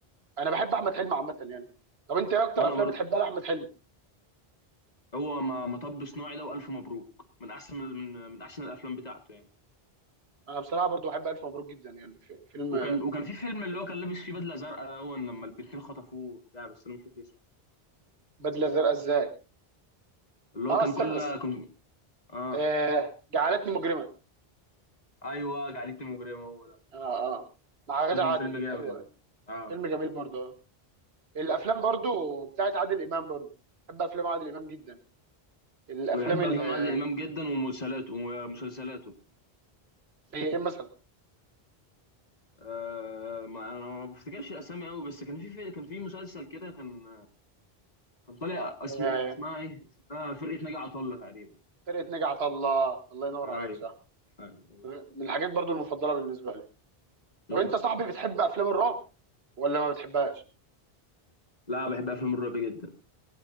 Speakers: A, on the right; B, on the left.
A: انا بحب احمد حلمي عامه يعني طب انت ايه اكتر
B: وانا
A: افلام
B: برضو
A: بتحبها لاحمد حلمي
B: هو ما- مطب صناعي ده والف مبروك من احسن من من احسن الافلام بتاعته يعني
A: انا بصراحه برضو بحب الف مبروك جدا يعني في فيلم
B: وكان وكان في فيلم اللي هو كان لابس فيه بدله زرقاء اول لما البنتين خطفوه بتاع بس انا مش فاكر اسمه
A: بدله زرقاء ازاي
B: اللي
A: اه
B: هو كان
A: استنى
B: كل
A: استنى.
B: كان اه
A: آه جعلتني مجرما
B: ايوه جعلتني مجرمه هو ده
A: اه اه مع غادة
B: فيلم
A: عادل
B: فيلم جامد
A: ايوه
B: اه
A: فيلم جميل
B: اه
A: برضو الافلام برضو بتاعت عادل امام برضو بحب افلام عادل امام جدا الافلام
B: انا بحب
A: ال-
B: افلام عادل امام جدا ومسلسلاته ومسلسلاته
A: زي ايه مثلا
B: أه ما انا ما بفتكرش الاسامي قوي بس كان في في- كان في مسلسل كده كان كان طالع اسم
A: آه،
B: اسمها ايه اسمها فرقه ناجي عطا الله تقريبا
A: فرقه نجا الله الله ينور
B: ايوه
A: عليك صح
B: ايوه
A: من الحاجات برضو المفضله بالنسبه لي
B: مم.
A: لو انت صاحبي بتحب افلام الرعب ولا ما بتحبهاش
B: لا بحب افلام الرعب جدا